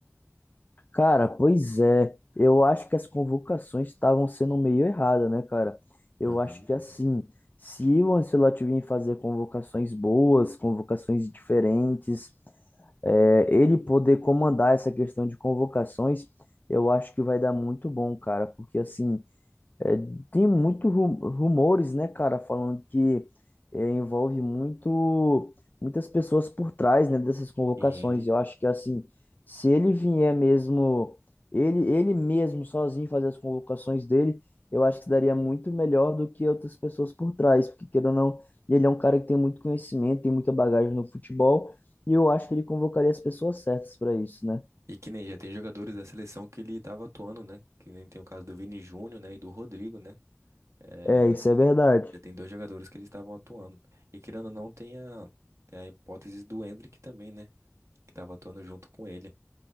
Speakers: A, on the left; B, on the right.
A: Cara, pois é. Eu acho que as convocações estavam sendo meio erradas, né, cara? Eu
B: Aham.
A: acho que assim, se o Ancelotti vir fazer convocações boas, convocações diferentes, é, ele poder comandar essa questão de convocações, eu acho que vai dar muito bom, cara, porque assim, é, tem muitos rumores, né, cara, falando que é, envolve muito muitas pessoas por trás, né, dessas convocações.
B: Sim.
A: Eu acho que assim, se ele vier mesmo, ele ele mesmo sozinho fazer as convocações dele, eu acho que daria muito melhor do que outras pessoas por trás, porque queira ou não, ele é um cara que tem muito conhecimento, tem muita bagagem no futebol, e eu acho que ele convocaria as pessoas certas para isso, né?
B: E que nem já tem jogadores da seleção que ele tava atuando, né? Que nem tem o caso do Vini Júnior, né? E do Rodrigo, né? É,
A: É,
B: no-
A: isso é verdade.
B: já tem dois jogadores que eles estavam atuando. E querendo ou não, tem a, tem a hipótese do Endrick também, né? Que tava atuando junto com ele.